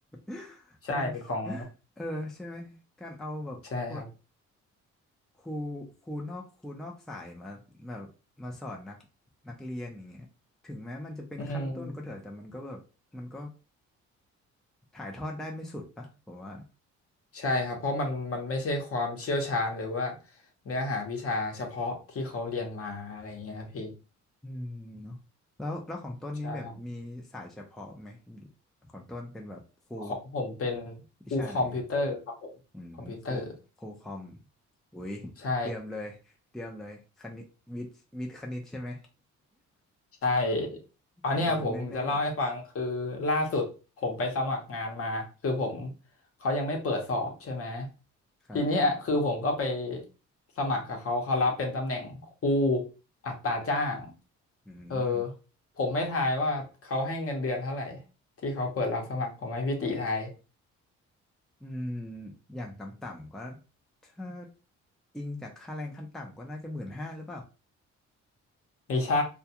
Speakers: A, in the centre; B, on the left.
A: <laughs>
B: ใช่ของ
A: การเออใช่ไหมการเอาแบบคน
B: ใช่ครับ
A: ครูครูนอกครูนอกสายมาแบบมาสอนนักนักเรียนอย่างเงี้ยถึงแม้มันจะเป็นขั้นต้นก็เถอะแต่มันก็แบบมันก็
B: อืม
A: ถ่ายทอดได้ไม่สุดปะผมว่า
B: ใช่ครับเพราะมันมันไม่ใช่ความเชี่ยวชาญหรือว่าเนื้อหาวิชาเฉพาะที่เขาเรียนมาอะไรเงี้ยครับพี่
A: อืมเนาะแล้วแล้วของต้นนี้แบบมีสายเฉพาะไหม
B: ใช่ครับ
A: ของต้นเป็นแบบครู
B: ของผมเป็น
A: วิชาไหนครับ
B: ครูคอมพิวเตอร์ครับผมคอมพิวเตอร์
A: อืมครูครูคอมอุ้ยเตรียมเลยเตรียมเลยคณิตวิทย์วิทย์คณิตใช่ไหม
B: ใช่ ใช่
A: <laughs>
B: อันเนี้ยผมจะเล่าให้ฟังคือล่าสุดผมไปสมัครงานมาคือผม
A: โดนแน่
B: เขายังไม่เปิดสอบใช่ไหม
A: ๆครับ
B: ทีเนี้ยคือผมก็ไปสมัครกับเขาเขารับเป็นตำแหน่งครูอัตราจ้าง
A: อืม
B: เออผมไม่ทายว่าเขาให้เงินเดือนเท่าไหร่ที่เขาเปิดรับสมัครผมให้พี่ติทาย
A: อืมอย่างต่ำๆก็ถ้าอิงจากค่าแรงขั้นต่ำก็น่าจะหมื่นห้าหรือเปล่า
B: ไม่ใช่